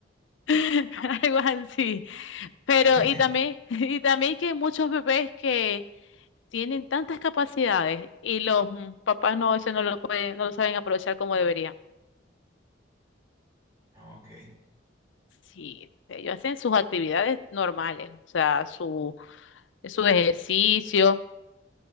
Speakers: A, on the left; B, on the right.
A: <laughs> algo así. Pero,
B: <laughs>
A: y también, <laughs> y también que hay muchos bebés que tienen tantas capacidades y los mm, papás no, eso no lo pueden, no lo saben aprovechar como deberían.
B: Ah, Ok.
A: Sí, eh, ellos hacen sus actividades normales, o sea, su, su ejercicio,